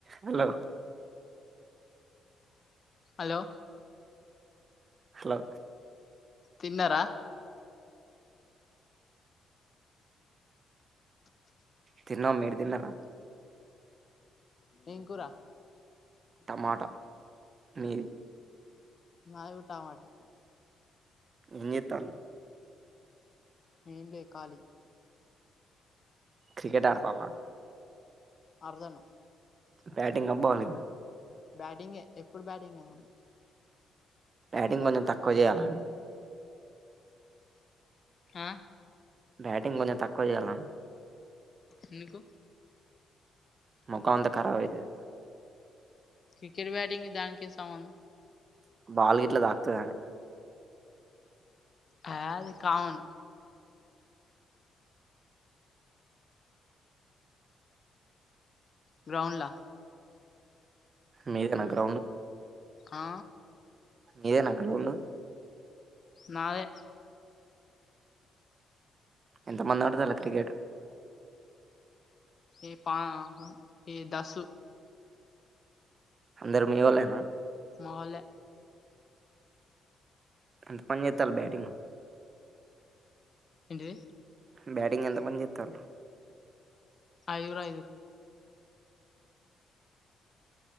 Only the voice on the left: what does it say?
hello
తిన్నారా
ఏంకురా
మాది కూడ టామాటే
ఏంలే కాలి
అర్దను
బ్యాటింగ్ ఎప్పుడు బ్యాటింగ్ మ
హ
ఎందుకు
క్రికెట్ బ్యాటింగ్ దానికి సంబంధం
హ అది కావను గ్రౌండ్లా
ఆ
నాది
ఏ పా ఏ దశ
మహలె
ఏంటి
ఐదు ఐదురు